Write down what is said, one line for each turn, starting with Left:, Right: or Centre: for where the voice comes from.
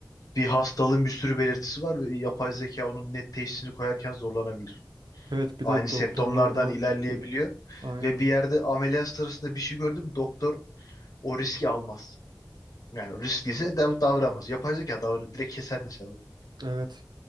Left: bir hastalığın bir sürü belirtisi var ve yapay zeka onun net teşhisini koyarken zorlanabilir.
Right: Evet bir
Left: Aynı
Right: de
Left: septomlardan
Right: doktorlar da
Left: ilerleyebiliyor
Right: aynen.
Left: ve bir yerde ameliyat sırasında bir şey gördüm doktor o riski almaz. Yani riskliyse dav davranmaz. Yapay zeka davranır. Direkt keser mesela orayı.
Right: Evet.